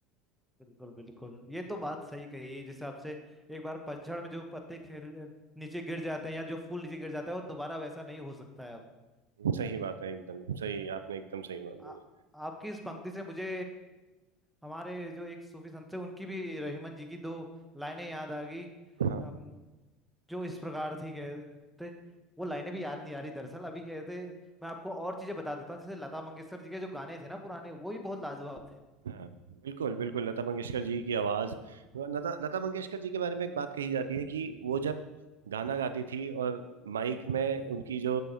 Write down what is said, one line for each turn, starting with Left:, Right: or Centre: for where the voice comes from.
Centre: बिल्कुल बिल्कुल ये तो बात सही कही जिस हिसाब से एक बार पतझड़ में जो पत्ते खेल नीचे गिर जाते हैं या जो फूल नीचे गिर जाता है वो दोबारा वैसा नहीं हो सकता है अब
Right: सही बात है एकदम सही आपने एकदम सही बात बोली
Centre: आ, आपकी इस पंक्ति से मुझे हमारे जो एक सूफी संत थे उनकी भी रहीमन जी की दो लाइनें याद आ गई
Right: हाँ
Centre: अम, जो इस प्रकार थी कहते वो लाइनें भी याद नहीं आ रही दरअसल अभी कहते मैं आपको और चीजें बता देता हूँ जैसे लता मंगेशकर जी के जो गाने थे ना पुराने वो भी बहुत लाजवाब थे
Right: हाँ बिल्कुल बिल्कुल लता मंगेशकर जी की आवाज लता लता मंगेशकर जी के बारे में एक बात कही जाती है कि वो जब गाना गाती थी और माइक में उनकी जो